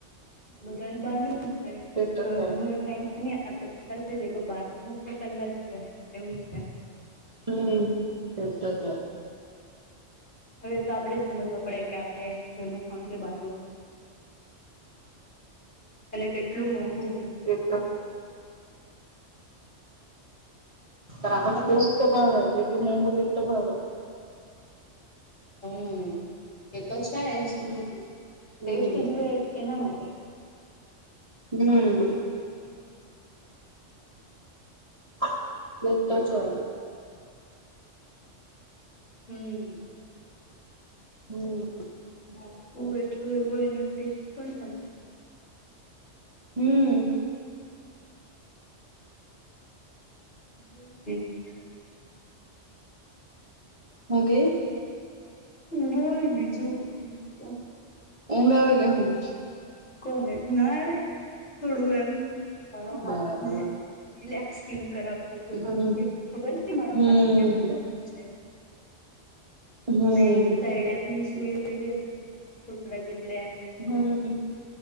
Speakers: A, on the left; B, on the right.
A: બધાને બાંધ
B: તે તો
A: ઘરનું
B: છે
A: એ ટમ. પલાઈ દે બાર તો પહેલા જુએ એવું છે.
B: હમ તો.
A: હવે તો આપડે જ સમજવા પડે કે આપણે ઘરનું ખાવાનું કે બહારનું. અને કેટલું મોંઘું ભ.
B: <inaudible> પણ આપણને તેવું જ તો ભાવે, જેટલું મહેઘું તે જ તો ભાવે.
A: હમ્મ, એ તો છે જ.
B: હમ હમ
A: ટેસ્ટ જોએ એના માટે.
B: હમ્મ. એ જ તો છે.
A: હમ્મ.
B: હમ્મ.
A: <unintelligible> એટલું એવું એનો ટેસ્ટ પણ હોય ને.
B: હમ્મ.
A: બોલ બીજું.
B: હું કેય?
A: બોલ બીજું એમ. તો
B: ઊંઘ આવે કે હું?
A: કોને? ના રે, થોડું એમ, મારો હાથ
B: બરાબર
A: ને રિલેક્સ ફીલ કરાવ તી છું.
B: હમ
A: કે ખબર નહીં મારો
B: હમ
A: હાથ કેમ દુખતો છે.
B: હમ
A: મે એક સાઈડ એમ સુઈ <inaudible> એટલે એમ
B: હમ્મ.